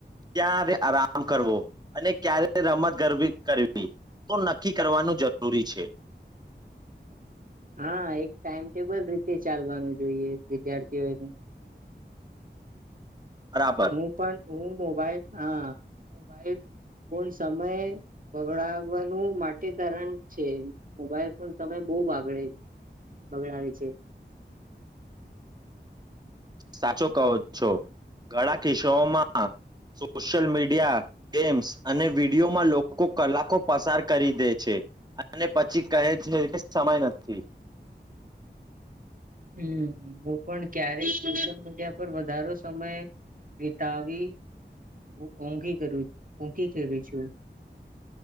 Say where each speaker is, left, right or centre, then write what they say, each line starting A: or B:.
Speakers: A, on the right (about 20°); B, on the right (about 50°).
A: ક્યારે આરામ કરવો અને ક્યારે રમત ગર વી કરવી તો નક્કી કરવાનું જરૂરી છે
B: હા એક ટાઈમટેબલ રીતે ચાલવાનું જોઈએ વિદ્યાર્થીઓને
A: બરાબર
B: હું પણ હું મોબાઈલ હા મોબાઈલ ફ સમય બગડવાનું માટે કારણ છે મોબાઈલ ફ સમય બહ બગડે બગડાવે છે
A: સાચો કહો છો ઘણા કિસ્સામાં સોશિયલ મીડિયા ગેમ્સ અને વિડીિયોમાં લોકો કલાકો પસાર કરી દે છે અને પછી કહે છે કે સમય નથી
B: હમ્મ હું પણ ક્યારેક સોશિયલ મીડિયા પર વધારો સમય વિતાવીઘી કરુ છું